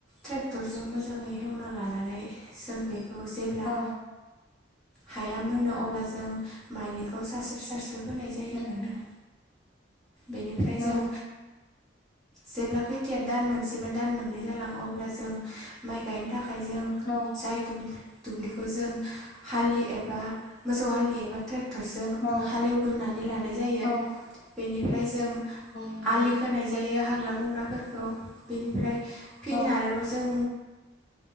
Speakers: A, in the centre; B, on the left.
A: ट्रेक्टरजों मोजाङै हेवना लानानै जों बे औ जेब्ला
B: औ
A: हाया मोनो अब्ला
B: औ
A: जों माइलिखौ सारस्रो सारस्रोनाय फोनाय जायो
B: उम
A: आरो नोंथां बेनिफ्राय
B: औ
A: जों जेब्ला खैथाया दान मोनसे बा दान मोननै जालां अब्ला जों माइ गायनो थाखाय आखाइजों
B: औ
A: जाय दुब्लि दुब्लिखौ जों हालि एबा मोसौ हालि एबा ट्रेक क्टरजों
B: औ
A: हालेवग्रोनानै लानाय जायो
B: औ
A: बेनिफ्राय जों
B: नंगौ
A: आलि खोनाय जायो हाग्रा मावग्राफोरखौ बेनिफ्राय फिन
B: औ
A: आरोबाव जों